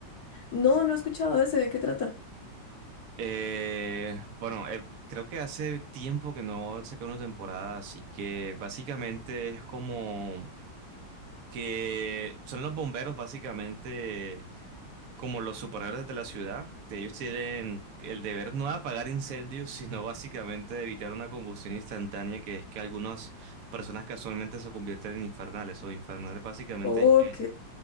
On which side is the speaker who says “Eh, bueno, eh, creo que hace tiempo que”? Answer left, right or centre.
Right